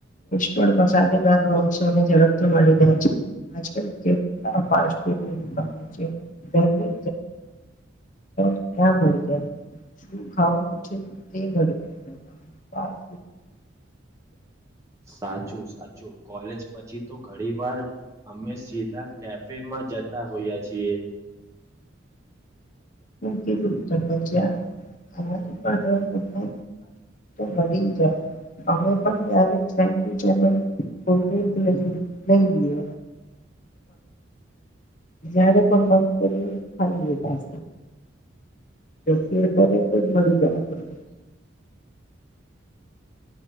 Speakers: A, on the left; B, on the right.
A: કો પણસાલી વા રોસો ને ઝડપથી મળી જાય છે આલ કેટડ દુનો છે જગ્યા ત ક્યાં મળી જ ખાવાનું છે તે મળી ગાય
B: સાચું સાચું કોલેજ પછી તો ઘણી વાર અમે સીધા કેફેમાં જ જતા હોયા છીએ
A: કે દૂર ત બજ્યા આ પણ તમને મળી જાય અમે પણ જ કોલ્્રક લઈ નહી જયારે પણ મગ કરીએ ખાઈ પા તો જ મળી જાય આપ
B: હમ